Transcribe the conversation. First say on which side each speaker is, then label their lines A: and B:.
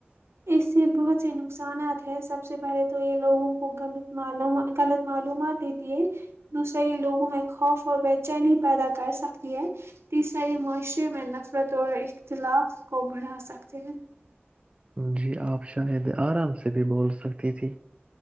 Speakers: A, on the right; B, on the right.
A: اس سے بہت سے نقصانات ہیں سب سے پہلے تو یہ لوگوں کولط غلط معلومات دیتی ہے دوسرا یہ لوگوں میں خوف اور بے چینی پیدا کر سکتی ہے تیسرا یہ معاشرے میں نفرت اور اختلاف کو بڑھا سکتے ہیں
B: جی آپ شاہید آرام سے بھی بول سکتی تھی